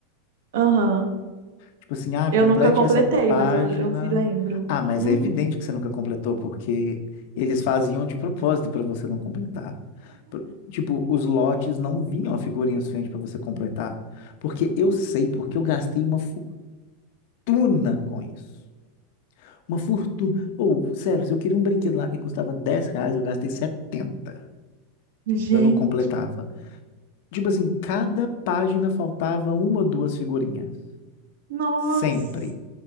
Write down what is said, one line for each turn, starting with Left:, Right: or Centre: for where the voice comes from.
Right: Aham.
Left: Tipo assim, ah,
Right: Eu
Left: complete
Right: nunca completei,
Left: essa página.
Right: mas eu, eu vi, lembro.
Left: Ah, mas
Right: Uhum.
Left: é evidente que você nunca completou, porque eles faziam de propósito para você não completar. Por- Tipo, os lotes não vinham a figurinha suficiente para você completar. Porque eu
Right: Hum.
Left: sei, porque eu gastei uma fortuna com isso. Uma fortuna. Ou, sério, se eu queria um brinquedo lá que custava 10 reais, eu gastei setenta
Right: Gente,
Left: Eu não completava. Tipo assim, cada página faltava uma ou duas figurinhas.
Right: nossa,
Left: Sempre.